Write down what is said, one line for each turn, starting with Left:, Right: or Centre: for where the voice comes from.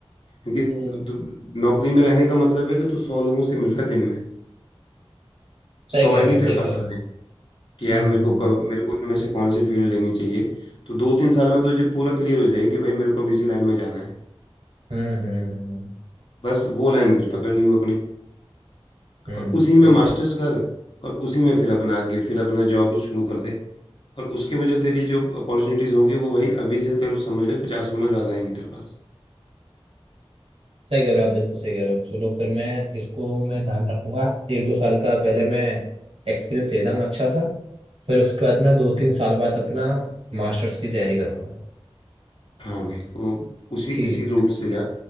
Left: क्योंकि
Right: हम्म।
Left: तु- नौकरी में रहने का मतलब है कि तू सौ लोगों से मिल रहा है दिन में
Right: सही
Left: सौ
Right: कह
Left: आइडिया
Right: रहे हो आप
Left: तेरे
Right: सही
Left: पास
Right: कह
Left: आ
Right: रहे
Left: रहे
Right: हो
Left: हैं कि यार मेरे
Right: हम्म
Left: को
Right: हम्म
Left: कब मेरे को इनमें से कौन सी फील्ड लेनी चाहिए तो दो तीन साल में तुझे पूरा क्लियर हो जाएगा कि भाई मेरे को भी इसी लाइन में जाना है
Right: हम्म हम्म हम्म हम्म हम्म,
Left: बस वो लाइन फिर पकड़ लियो अपनी
Right: हम्म,
Left: और उसी
Right: सही
Left: में मास्टर्स
Right: कह रहे हो
Left: कर और उसी में फिर अपना आगे फिर अपना जॉब शुरू कर दे और उसके में जो तेरी जो अपॉर्चुनिटीज होंगी वो भाई अभी से तेरे को समझ ले पचास गुना ज्यादा आएंगी तेरे पास
Right: सही कह रहे हो आप बिल्कुल सही कह रहे हो चलो फिर मैं इसको मैं ध्यान रखूंगा एक दो साल का पहले मैं एक्सपीरियंस लेता हूँ अच्छा सा फिर उसके बाद मैं दो तीन साल बाद अपना मास्टर्स की तैयारी करूंगा
Left: हाँ भाई वो उसी
Right: ठीक
Left: उसी रूट से जा